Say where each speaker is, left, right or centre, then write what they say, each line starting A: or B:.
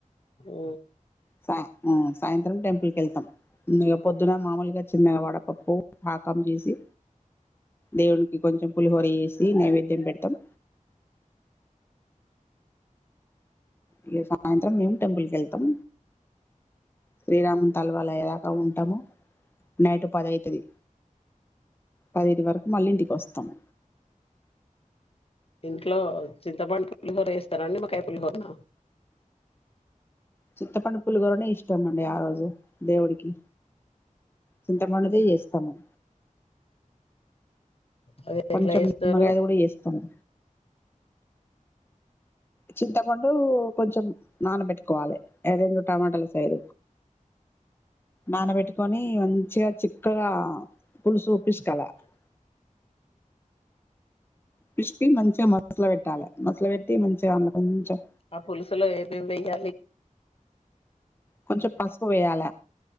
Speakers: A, on the left; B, on the left.
A: ఓ
B: సా ఉమ్ సాయంత్రం టెంపుల్ కి వెళ్తాం ఇగ పొద్దున మామూలుగా చిన్నగా వడపప్పు పాకం చేసి దేవునికి కొంచెం పులిహోర చేసి నైవేద్యం పెడతాం ఇగ సాయంత్రం మేము టెంపుల్కి వెళ్తాం శ్రీరాముం తలవాలు అయ్యాక ఉంటాము నైటు పదైతుది పదైదు వరకు మళ్ళీ ఇంటికి వస్తాము
A: ఇంట్లో చింతపండు పులిహోర చేస్త చేస్తారండీ నిమ్మకాయ పులిహోర నా
B: చింతపండు పులిహోరనే ఇష్టం అండి ఆ రోజు దేవుడికి చింతపండుదే చేస్తాము
A: అది
B: కొంచెం
A: ఎట్లా చేస్తారు
B: నిమ్మగాయది కూడా చేస్తాము చింతపండు కొంచెం నానబెట్టుకోవాలి రెండు టమాటాల సైజు నానబెట్టుకొని మంచిగా చిక్కగా పులుసు పిస్కలా పిస్క్ పిసికి మంచిగా మసల పెట్టాలి మసలు పెట్టి మంచిగా అందులో కొంచెం
A: ఆ పులుసులో ఏమేమి వేయ్యాలి
B: కొంచెం పసుపు వేయాల